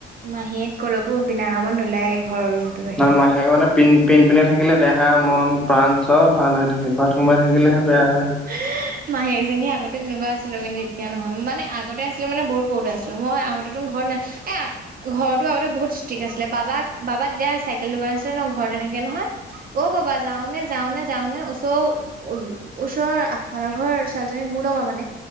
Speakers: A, on the right; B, in the centre.
A: মাহীয়েক কলকো বিনা কামত নোলায়। ঘৰৰ ৰুমটোৰ বাহিৰে।
B: মন মাহে মানে পিন পিন পিনাই থাকিলে দেহা মন প্ৰাণ চব ভাল হৈ থাকে। ঘৰত সোমাই থাকিলেহে বেয়া হয়।
A: <unintelligible> মাহীয়েকজনী আগতে যেনেকুৱা আছিলো, কিন্তু এতিয়া নহয় মানে আগতে আছিলো মানে বহুত সৰুতে আছিলো মই আগতে তো ঘৰত না এ ঘৰৰতো আগতে বহুত ষ্ট্ৰিক আছিলে, বাবাক, বাবা তেতিয়া চাই কেল দোকান আছিলে ন ঘৰতে থাকে নহয়। অ', বাবা যাওঁনে, যাওঁনে, যাওঁনে ওচৰ উম, ওচৰৰ আগফালৰ ঘৰ ছোৱালীজনী মোৰ লগৰ মানে